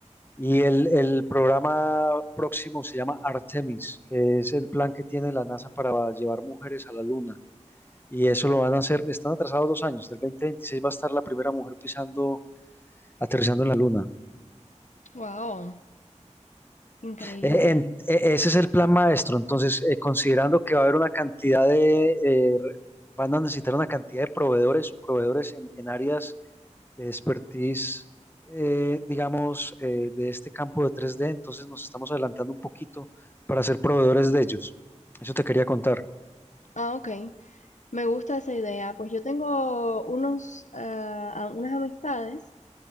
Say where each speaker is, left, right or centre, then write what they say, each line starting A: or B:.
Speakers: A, on the left; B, on the left.
A: y el, el programa próximo se llama Artemis, que es el plan que tiene la NASA para llevar mujeres a la Luna. Y eso lo van a hacer, están atrasados dos años, del 2026 va a estar la primera mujer pisando, aterrizando en la Luna.
B: Wow, increíble.
A: Eh, en- e- ese es el plan maestro, entonces eh, considerando que va a haber una cantidad de, eh, re- van a necesitar una cantidad de proveedores, proveedores en en áreas de expertise, eh, digamos, eh, de este campo de tres d entonces nos estamos adelantando un poquito para ser proveedores de ellos. Eso te quería contar.
B: Ah, ok. Me gusta esa idea. Pues yo tengo unos, ah, unas amistades